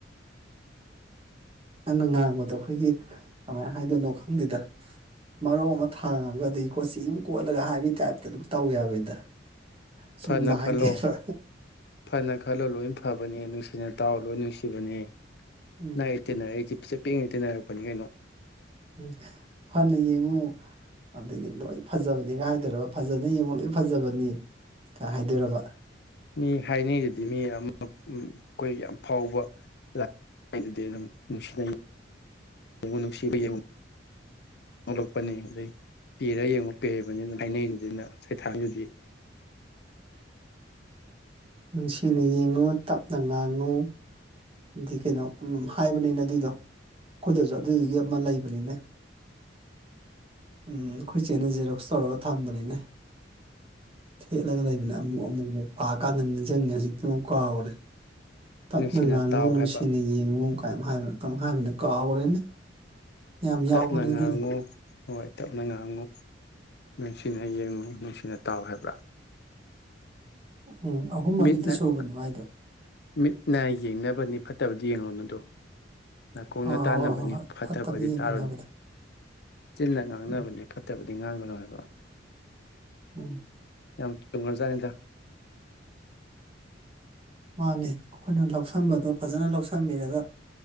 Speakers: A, on the right; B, on the left.
A: ꯅꯪꯅꯥ ꯉꯥꯡꯕꯗꯣ ꯑꯩꯈꯣꯏꯒꯤ ꯀꯃꯥꯏꯅ ꯍꯥꯏꯗꯣꯏꯅꯣ ꯈꯪꯗꯦꯗ ꯃꯔꯧ ꯑꯃ ꯊꯥꯡꯉꯒ ꯑꯗꯩ ꯀꯣꯆꯤ ꯃꯨꯛ ꯀꯣꯠꯂꯒ ꯍꯥꯏꯕꯒꯤ ꯇꯥꯏꯞꯇ ꯑꯗꯨꯝ ꯇꯧꯋꯦ ꯍꯥꯏꯕꯅꯤꯗ ꯆꯨꯝꯅ
B: ꯐꯅ
A: ꯍꯥꯏꯗꯦꯕ
B: ꯈꯜꯂꯣ ꯐꯅ ꯈꯜꯂꫭ ꯂꯣꯏ ꯐꯕꯅꯦ ꯅꯨꯡꯁꯤꯅ ꯇꯥꯎ ꯂꯣꯏ ꯅꯨꯡꯁꯤꯕꯅꯦ
A: ꯎꯝ
B: ꯂꯩ ꯇꯤꯟꯅꯔꯛꯏꯖꯩ ꯄꯤꯁꯛ ꯄꯤꯛꯏꯉꯩ ꯇꯤꯟꯅꯔꯛꯄꯅꯤ ꯀꯩꯅꯣ
A: ꯎꯝ ꯐꯅ ꯌꯦꯡꯉꯨ ꯑꯗꯒꯤ ꯂꯣꯏ ꯐꯖꯕꯅꯤꯒ ꯍꯥꯏꯗꯣꯏꯔꯕ ꯐꯖꯅ ꯌꯦꯡꯉꯨ ꯂꯣꯏ ꯐꯖꯕꯅꯤꯀ ꯍꯥꯏꯗꯣꯏꯔꯕ
B: ꯃꯤ ꯍꯥꯏꯅꯩꯗꯨꯗꯤ ꯃꯤ ꯑꯃ ꯎꯝ ꯑꯩꯈꯣꯏ ꯌꯥꯝ ꯐꯥꯎꯕ ꯂꯗꯨꯗꯤ ꯑꯗꯨꯝ <unintelligible> ꯅꯨꯡꯁꯤꯅ ꯌꯦꯡꯉꯨ ꯅꯨꯡꯁꯤꯕ ꯌꯦꯡꯉꯨ ꯊꯣꯛꯂꯛꯄꯅꯤ ꯑꯗꯩ ‌ꯄ‌ꯦꯔꯥ ꯌꯦꯡꯉ‌ꯣ ꯄꯦꯕꯅꯤ ꯑꯗꯨꯝ ꯍꯥꯏꯅꯩꯗꯨꯗꯤ ꯅ ꯁꯩꯊꯥꯏꯗꯨꯗꯤ
A: ꯅꯨꯡꯁꯤꯅ ꯌꯦꯡꯉꯨ ꯇꯞꯅ ꯉꯥꯡꯉꯨ ꯗꯤ ꯀꯩꯅꯣ ꯎꯝ ꯍꯥꯏꯕꯅꯤꯅ‌ꯦ ꯑꯗꯨꯏꯗꯣ ꯑꯩꯈꯣꯏꯗꯁꯨ ꯑꯗꯨꯗꯨꯒꯤ ꯑꯃ ꯂꯩꯕꯅꯤꯅꯦ ꯎꯝ ꯑꯩꯈꯣꯏ ꯆꯦꯅ ꯖꯦꯔꯣꯛꯁ ꯇꯧꯔꯒ ꯊꯝꯕꯅꯤꯅꯦ ꯊꯦꯠꯂꯒ ꯂꯩꯕꯅꯦ ꯑꯃꯨ ꯑꯃꯨꯃꯨꯛ ꯄꯥꯀꯥꯟꯗ ꯅꯤꯡꯁꯤꯡꯉꯦ ꯍꯧꯖꯤꯛꯇꯤ ꯑꯃꯨꯛ ꯀꯥꯎꯈ꯭ꯔ‌ꯦ ꯇꯞꯅ
B: ꯅꯨꯡꯁꯤꯅ
A: ꯉꯥꯡꯉꯨ
B: ꯇꯥꯎ
A: ꯅꯨꯡꯁꯤꯅ
B: ꯍꯥꯏꯕ
A: ꯌꯦꯡꯉꯨ ꯀꯩꯝ ꯀꯩꯅ‌ꯣꯝ ꯍꯥꯏꯕꯅ‌ꯦ ꯀꯥꯎꯈ꯭ꯔꯦꯅꯦ ꯌꯥꯝ ꯌꯥꯎꯕꯅꯤ
B: ꯇꯞꯅ
A: ꯑꯗꯨꯏꯗꯨ
B: ꯉꯥꯡꯉꯨ ꯍꯣꯏ ꯇꯞꯅ ꯉꯥꯡꯉꯨ ꯅꯨꯡꯁꯤꯅ ꯌꯦꯡꯉꯨ ꯅꯨꯡꯁꯤꯅ ꯇꯥꯎ ꯍꯥꯏꯕ꯭ꯔꯥ
A: ꯎꯝ ꯑꯍꯨꯝ
B: ꯃꯤꯠꯅ
A: ꯃꯔꯤꯗꯤ ꯁꯨꯕꯅꯦ ꯃꯥꯏꯗꯣ
B: ꯃꯤꯠꯅ ꯌꯦꯡꯅꯕꯅꯤ ꯐꯠꯇꯕꯗꯤ ꯌꯦꯡꯉꯨꯅꫭꯗꯨ ꯅꯥꯀꯣꯡꯅ
A: ꯑꯥ
B: ꯇꯥꯟꯅꯕꯅꯤ
A: ꯍꯣꯏ ꯍꯣꯏ ꯍꯣꯏ ꯍꯣꯏ
B: ꯐꯠꯇꯕꯗꯤ
A: ꯐꯠꯇꯕ ꯌꯦꯡꯒꯅꯨ
B: ꯇꯥꯔꯨꯅꯨ
A: ꯍꯥꯏꯕꯗꯣ
B: ꯆꯤꯟꯅ ꯉꯥꯡꯅꯕꯅꯤ
A: ꯎꯝ
B: ꯐꯠꯇꯕꯗꯤ ꯉꯥꯡꯒꯅꯨ ꯍꯥꯏꯕ
A: ꯎꯝ <inaudible> <unintelligible>
B: ꯌꯥꯝ ꯆꯨꯝꯉꯔꯖꯥꯠꯅꯤꯗ
A: ꯃꯥꯅꯦ ꯑꯩꯈꯣꯏꯅ ꯂꯧꯁꯟꯕꯗꯣ ꯐꯖꯅ ꯂꯧꯁꯟꯕꯤꯔꯒ